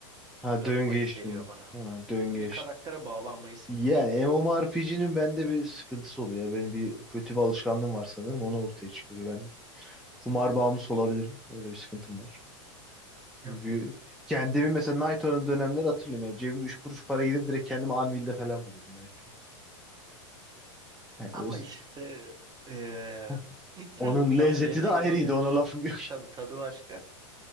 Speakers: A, in the centre; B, on the right.
A: Ha
B: Biraz
A: döngeçtin.
B: bayık geliyor bana.
A: Ha döngeç.
B: Ben bir karaktere bağlanmayı seviyorum.
A: Ya MMORPG'nin bende bir sıkıntısı oluyor. Ya benim bir kötü bir alışkanlığım var sanırım. Onu ortaya çıkıyor. Ben kumar bağımlısı olabilirim. Öyle bir sıkıntım var.
B: Ya,
A: Çünkü kendimi mesela Nighthawk'ın dönemleri hatırlıyorum. Yani cebim 3 kuruş para gidip direkt kendimi Anvil'de falan buluyordum ben hep. Yani
B: Ama
A: öyle.
B: işte eee,
A: <laughs>
B: <clears throat>
A: Onun
B: tamam
A: lezzeti
B: yerine
A: de ayrıydı.
B: göre onu yapacaksın.
A: Ona lafım yok.
B: Tabii tadı başka.